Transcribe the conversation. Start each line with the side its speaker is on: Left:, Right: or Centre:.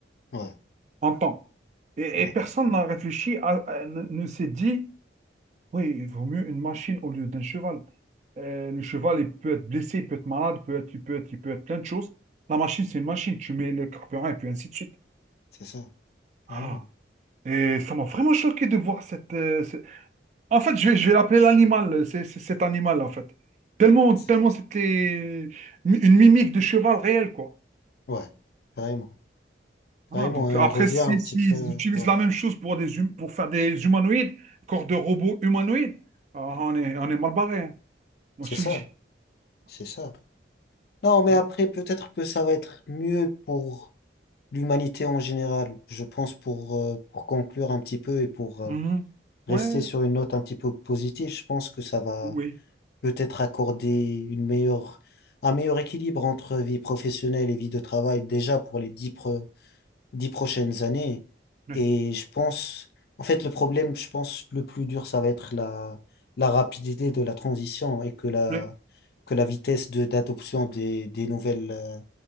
Left: ouais,
Right: en temps. Et,
Left: ouais,
Right: et personne n'a réfléchi, à- à- ne ne s'est dit. Oui, il vaut mieux une machine au lieu d'un cheval. Euh, le cheval, il peut être blessé, il peut être malade, il peut être, il peut être, il peut être plein de choses. La machine, c'est une machine. Tu mets le carburant et puis ainsi de suite.
Left: c'est ça, carrément.
Right: Voilà. Et ça m'a vraiment choqué de voir cette. euh, ce- En fait, je vais, je vais l'appeler l'animal, c'est, c'est cet animal, en fait. Tellement,
Left: C'est-
Right: tellement c'était mi- une mimique de cheval réel, quoi.
Left: Ouais, carrément.
Right: Voilà,
Left: Carrément,
Right: donc
Left: et on
Right: après,
Left: revient
Right: si,
Left: un petit
Right: s'ils
Left: peu.
Right: utilisent
Left: Ouais,
Right: la même chose pour, des, hum- pour faire des humanoïdes, corps de robots humanoïdes, ah, on est, on est mal barré, hein. Moi,
Left: c'est
Right: je
Left: ça,
Right: te le dis.
Left: c'est ça. Non, mais
Right: <laughs>
Left: après, peut-être que ça va être mieux pour l'humanité en général. Je pense pour, euh, pour conclure un petit peu et pour euh,
Right: Mhm.
Left: rester
Right: Ouais,
Left: sur une note un petit peu positive, je pense que ça va
Right: oui,
Left: peut-être accorder une meilleure, un meilleur équilibre entre vie professionnelle et vie de travail, déjà pour les dix, dix prochaines années.
Right: ouais,
Left: Et je pense, en fait, le problème, je pense, le plus dur, ça va être la, la rapidité de la transition et que la,
Right: ouais,
Left: que la vitesse de d'adoption des, des nouvelles, euh,